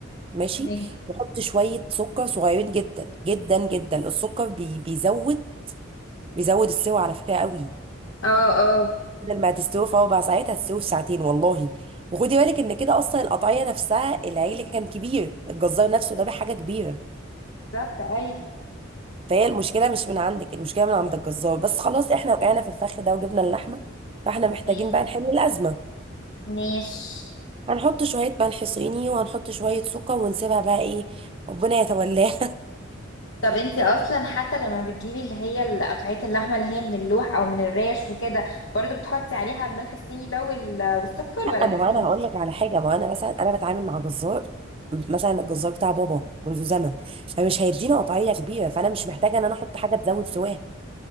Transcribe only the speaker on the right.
ماشي
وحطي شويه سكر صغيرين جدا جدا جدا السكر بي بيزود بيزود السوى على فكره قوي
بدل ما هتستوي في اربع ساعات هتستوي في ساعتين والله وخدي بالك ان كده اصلا القطعيه نفسها العيل كان كبير الجزار نفسه ده بحاجه كبيره
فهي المشكله مش من عندك المشكله من عند الجزار بس خلاص احنا وقعنا في الفخ ده وجبنا اللحمه فاحنا محتاجين
بقى نحل الازمه
هنحط شويه ملح صيني وهنحط شويه سكر ونسيبها بقى ايه ربنا يتولاها
<laughs> لا
ما هو انا هقول لك على حاجه ما هو انا مثلا انا بتعامل مع جزار مثلا الجزار بتاع بابا منذ زمن فمش هيدينا قطعيه كبيره فانا مش محتاجه ان انا احط حاجه تزود سواها